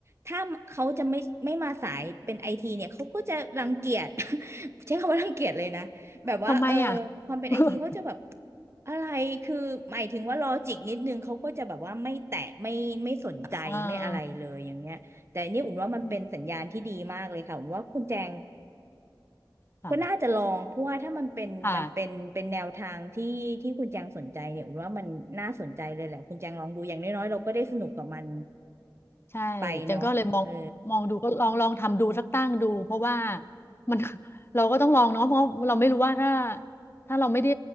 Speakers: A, on the right; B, on the left.
A: ถ้าเขาจะไม่ไม่มาสายเป็นไอทีเนี่ยเขาก็จะรังเกียจ <laughs> ใช้คำว่ารังเกียจเลยนะ แบบว่าเออ
B: ทำไมอ่ะ
A: ความเป็นไอทีเขาจะแบบ
B: <laughs>
A: อะไรคือหมายถึงว่าลอจิกนิดนึงเขาก็จะแบบว่าไม่แตะไม่ไม่สนใจไม่อะไรเลยอย่างเงี้ยแต่อันนี่อุ่นว่ามันเป็นสัญญาณที่ดีมากเลยค่ะอุ่นว่าคุณแจง
B: เอออืมค่ะ
A: ก็น่าจะลองเพราะว่าถ้ามันเป็นมันเป็นเป็นแนวทางที่ที่คุณแจงสนใจเนี่ยอุ่นว่ามันน่าสนใจเลยแหละคุณแจงลองดูอย่างน้อยๆเราก็ได้สนุกกับมัน
B: ค่ะ ใช่จังก็เลยมองมองดูก็ลองลองทำดูสักตั้งดูเพราะว่า
A: ไปเนาะเออ
B: มัน <laughs> เราก็ต้องลองเนาะเพราะเราไม่รู้ว่าถ้าถ้าเราไม่ได้